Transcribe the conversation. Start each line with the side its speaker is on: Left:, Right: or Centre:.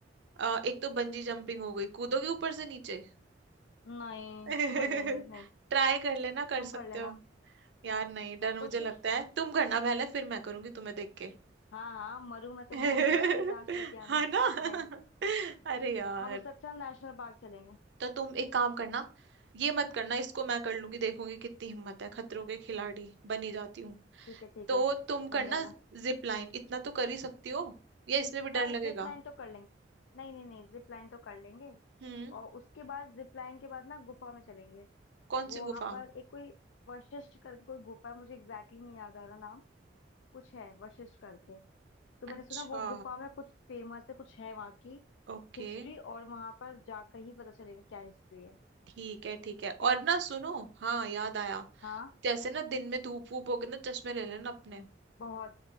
Right: अ, एक तो बंजी जंपिंग हो गई कूदोगे ऊपर से नीचे
Left: नहीं
Right: <laughs>
Left: मर जाएंगे नहीं
Right: ट्राई कर लेना कर
Left: तुम
Right: सकते
Left: कर लेना
Right: हो यार नहीं डर मुझे
Left: कोशिश
Right: लगता है तुम करना पहले फिर मैं करूंगी तुम्हें देख के
Left: हाँ हाँ मरू मैं तो
Right: <laughs>
Left: मैं मरू ना मेरी लाश लेके आना
Right: है ना
Left: नहीं
Right: <laughs> अरे यार
Left: हम उससे अच्छा नेशनल पार्क चलेंगे
Right: तो तुम एक काम करना ये मत करना इसको मैं कर लूंगी देखूंगी कितनी हिम्मत है खतरों के खिलाड़ी बनी जाती हूँ
Left: ठीक है ठीक
Right: तो
Left: है
Right: तुम
Left: बन
Right: करना
Left: जाना
Right: जिप लाइन इतना तो कर ही सकती हो या इसमें भी
Left: हाँ
Right: डर लगेगा
Left: जिप लाइन तो कर लेंगे नहीं नहीं नहीं जिप लाइन तो कर लेंगे
Right: हम्म
Left: और उसके बाद जिप लाइन के बाद ना गुफा में चलेंगे
Right: कौन
Left: वो
Right: सी
Left: वहां
Right: गुफा
Left: पर एक कोई वशिष्ठ करके कोई गुफा है मुझे एग्जैक्टली exactly नहीं याद आ रहा नाम कुछ है वशिष्ठ करके तो मैंने
Right: अच्छा
Left: सुना वो गुफा में कुछ फेमस है कुछ है वहां की
Right: ओके
Left: हिस्ट्री और वहां पर जाकर ही पता चलेगा क्या हिस्ट्री है
Right: ठीक है ठीक है
Left: तेरा
Right: और ना सुनो हाँ याद आया
Left: हाँ
Right: जैसे ना दिन में धूप वूप होगी ना चश्मे ले लेना अपने
Left: बहुत